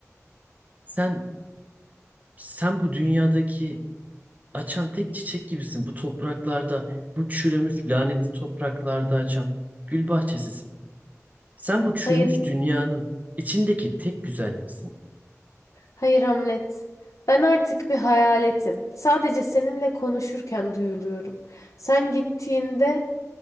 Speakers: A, on the right; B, on the left.
A: Sen sen bu dünyadaki açan tek çiçek gibisin. Bu topraklarda, bu çürümüş lanetli topraklarda açan gül bahçesisin. Sen bu çürümüş
B: Hayır.
A: dünyanın içindeki tek güzelliksin.
B: Hayır Hamlet. Ben artık bir hayaletim. Sadece seninle konuşurken duyuluyorum. Sen gittiğinde,